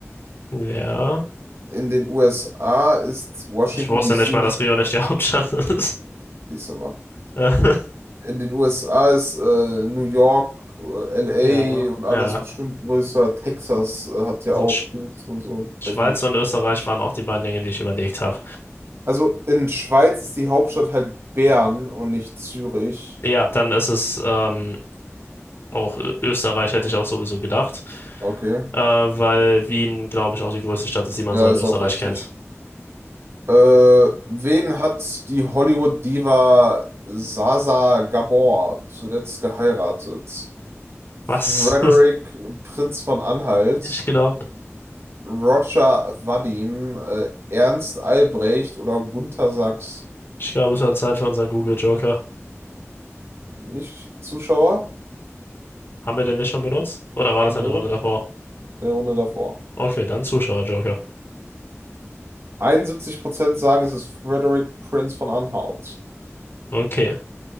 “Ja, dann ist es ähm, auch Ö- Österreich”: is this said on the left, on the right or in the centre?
Left